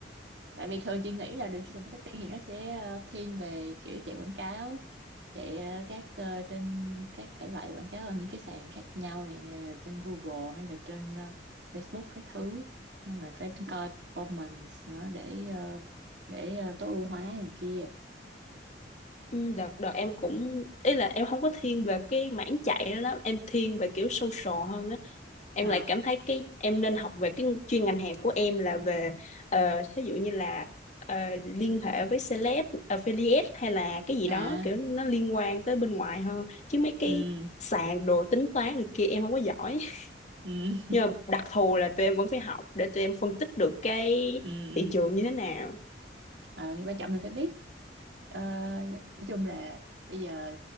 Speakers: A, on the right; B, on the left.
A: tại vì thường chị nghĩ là digital marketing thì nó sẽ ờ, thiên về kiểu chạy quảng cáo chạy ờ, các ờ, trên các thể loại quảng cáo ở những cái sàn khác nhau nè trên Google hay là trên ờ, Facebook cái thứ nhưng mà phải coi performance nữa để ờ, để ờ, tối ưu hóa này kia
B: Ừ, đợt đợt em cũng ý là em không có thiên về cái mảng chạy đó đó em thiên về kiểu social hơn á em
A: à
B: lại cảm thấy cái em nên học về cái chuyên ngành hẹp của em là về ờ, ví dụ như là ờ, liên hệ với celeb affiliate hay là cái gì
A: à
B: đó kiểu nó liên quan tới bên ngoài hơn chứ mấy cái
A: ừ
B: sàn đồ tính toán này kia em không có giỏi <laughs>
A: ừ
B: nhưng mà đặc thù là tụi em vẫn phải học để tụi em phân tích được cái
A: ừ ừ
B: thị trường như thế nào
A: Ờ, thì quan trọng mình phải biết Ờ, nói chung là bây giờ